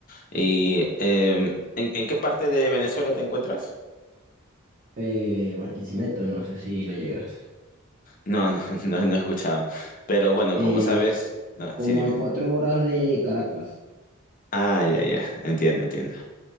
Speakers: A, on the left; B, on the right.
A: ¿Y eh, ¿en, en qué parte de Venezuela te encuentras?
B: Eh, Barquisimeto, no sé si le llegas.
A: No, no, <laughs> no, no he escuchado. Pero bueno,
B: Eh,
A: como sabes, no,
B: como
A: sí, dime.
B: a cuatro horas de Caracas,
A: Ah, ya, ya, entiendo, entiendo.